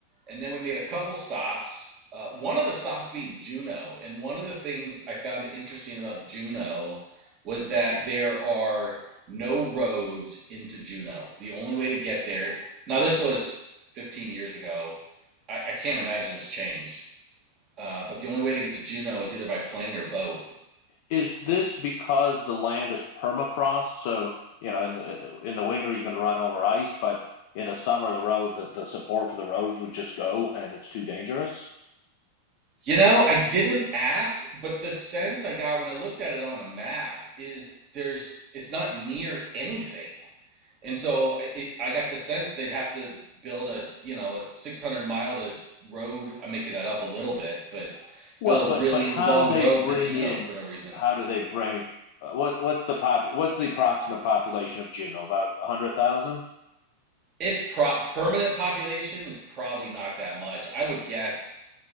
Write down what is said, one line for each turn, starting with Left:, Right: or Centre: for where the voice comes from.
Right: and then we made a couple stops. Uh, one of the stops being Juneau, and one of the things I found interesting about Juneau was that there are no roads into Juneau. The only way to get there. Now this was 15 years ago. I, I can't imagine it's changed. Uh, but the only way to get to Juneau is either by plane or boat.
Left: Is this because the land is permafrost? So you know, in the in the winter you can run over ice, but in the summer the road the, the support for the roads would just go and it's too dangerous.
Right: You know, I didn't ask, but the sense I got when I looked at it on a map is there's it's not near anything, and so I- it, I got the sense they'd have to build a you know a 600 mile to road. I'm making that up a little bit, but
Left: Well,
Right: build a
Left: but
Right: really
Left: but how
Right: long
Left: do they
Right: road
Left: bring
Right: to Juneau
Left: in?
Right: for no reason.
Left: How do they bring? Uh, what what's the pop? What's the approximate population of Juneau? About a hundred thousand?
Right: Its pro- permanent population is probably not that much. I would guess